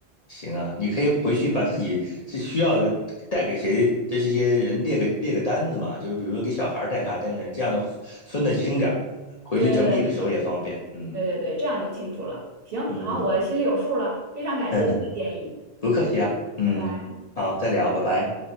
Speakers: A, on the left; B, on the right.
A: 行啊，你可以回去把自己是需要带给谁的这些人列个列个单子嘛，就是比如说给小孩儿带啥带那，这样的分得清点儿，回去整理的时候也方便。
B: 对对对
A: 嗯
B: 对对对，这样就清楚了。行，
A: 嗯，
B: 好，我心里有数了，非常感谢你的建议，
A: <laughs> 不客气啊。嗯，
B: 拜拜。
A: 好，再聊，拜拜。